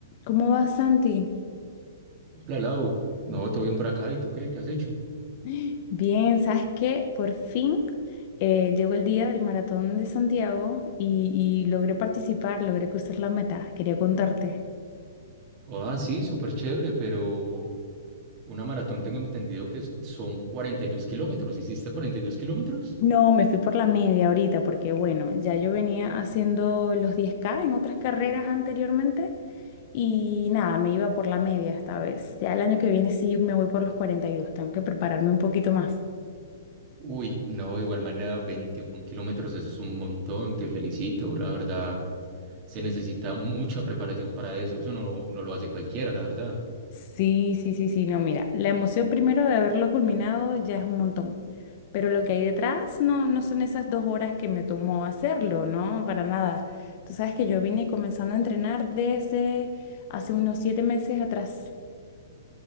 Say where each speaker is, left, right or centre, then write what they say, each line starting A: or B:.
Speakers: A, on the left (about 40°); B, on the right (about 35°).
A: ¿Cómo vas, Santi?
B: Hola, Lau. No, todo bien por acá. ¿Y tú qué? ¿Qué has hecho?
A: <gasps> Bien, ¿sabes qué? Por fin eh, llegó el día del maratón de Santiago y, y logré participar, logré cruzar la meta. Quería contarte.
B: Ah, sí, súper chévere, pero una maratón tengo entendido que es- son 42 kilómetros. ¿Hiciste 42 kilómetros?
A: No, me fui por la media ahorita porque, bueno, ya yo venía haciendo los diez k en otras carreras anteriormente y nada, me iba por la media esta vez. Ya el año que viene sí me voy por los 42. tengo que prepararme un poquito más.
B: Uy, no, de igual manera, 21 kilómetros, eso es un montón. Te felicito, la verdad. Se necesita mucha preparación para eso. Eso no, no lo hace cualquiera, la verdad.
A: Sí, sí, sí, sí, no, mira, la emoción primero de haberlo culminado ya es un montón, pero lo que hay detrás no, no son esas dos horas que me tomó hacerlo, ¿no? Para nada. Tú sabes que yo vine comenzando a entrenar desde hace unos siete meses atrás